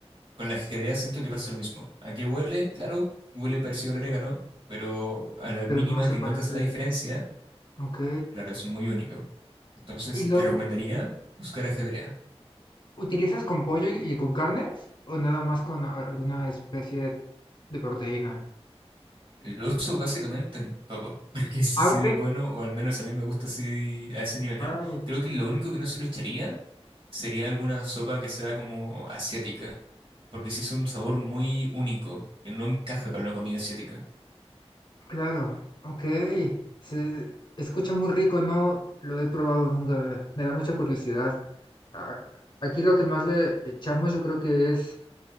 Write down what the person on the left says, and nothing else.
Pero no se
parece.
Ok.
Y luego.
¿Utilizas con pollo y, y con carnes o nada más con a- alguna especie de proteína?
Ah,
ok.
Ah,
claro, ok. Se escucha muy rico, no lo he probado nunca. Me da mucha curiosidad. A- Aquí lo que más le echamos yo creo que es